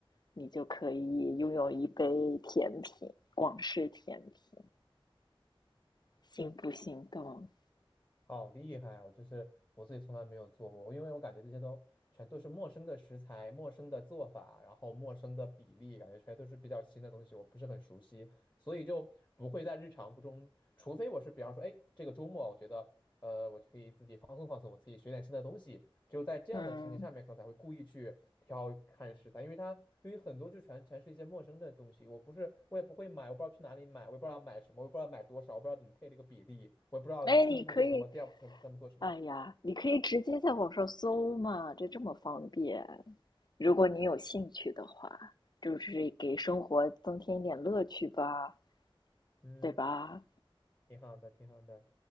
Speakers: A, on the left; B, on the left.
A: 你就可以拥有一杯甜品，广式甜品，心不心动？
B: 好厉害！啊！我就是我自己从来没有做过，因为我感觉这些都全都是陌生的食材、陌生的做法，然后陌生的比例，感觉全都是比较新的东西，我不是很熟悉，所以就不会在日常中，除非我是比方说，哎，这个周末我觉得，呃，我就可以自己放松放松，我自己学点新的东西。只有在这样的情景下面，
A: 嗯，
B: 可能才会故意去挑看食材，因为它因为很多就全全是一些陌生的东西，我不是我也不会买，我不知道去哪里买，我也不知道买什么，我也不知道买多少，我不知道怎么配这个比例，我也不知道第一步做什么，
A: 哎，你可以，
B: 第二步做什么，第三步做什么。
A: 哎呀，你可以直接在网上搜嘛，这这么方便。如果你有兴趣的话，就是给生活增添一点乐趣吧。
B: 嗯，
A: 对吧？
B: 挺好的，挺好的。